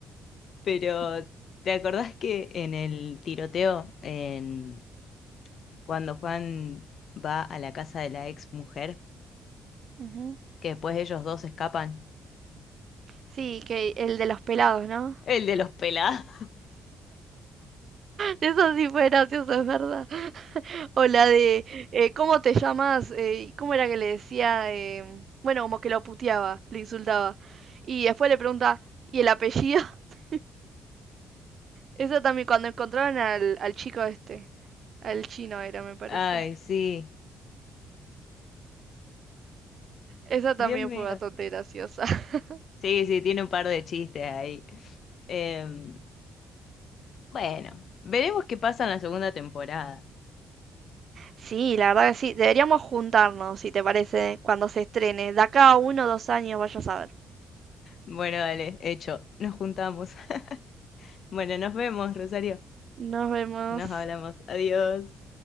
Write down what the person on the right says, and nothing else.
<laughs>
Ujú.
Sí, que el de los pelados, ¿no?
Eso sí fue gracioso, es verdad. <laughs> O la de, eh, ¿cómo te llamas? Eh, ¿cómo era que le decía? Eh, bueno, como que lo puteaba, le insultaba. Y después le pregunta, ¿y el apellido? <laughs> Eso también, cuando encontraron al, al chico este, al chino era, me parece.
Esa también
fue bastante graciosa. <laughs>
Sí, la verdad que sí. Deberíamos juntarnos, si te parece, cuando se estrene. De acá a uno o dos años, vaya a saber.
Nos vemos.